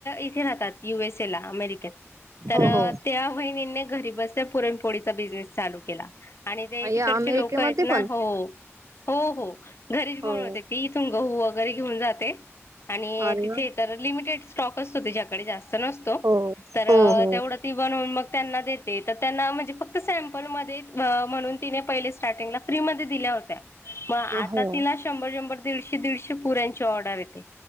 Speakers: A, on the left; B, on the right.
A: इथे राहतात युएस ए ला अमेरिकेत तर
B: हो हो
A: त्या वहिणीने घरी बस पुरणपोळीचा बिझनेस चालू केला आणि ते
B: या
A: तिकडचे
B: अमेरिकेमध्ये
A: लोक आहेत
B: पण
A: ना हो हो हो घरीच बन
B: हो
A: होते ती इथून गहू वगैरे घेऊन जाते आणि
B: अरे
A: तिथे
B: वा
A: तर लिमिटेड स्टॉक असतो त्याच्याकडे जास्त नसतो
B: हो
A: तर
B: हो हो
A: तेवढं ती बनवून मग त्यांना देते तर त्यांना म्हणजे फक्त सॅम्पलमध्ये म्हणून तिने पहिले स्टार्टिंगला फ्री म दिल्या होत्या मग आता
B: हो
A: तिला शंभर शंभर दीडशे दीडशे पुऱ्यांची ऑर्डर येते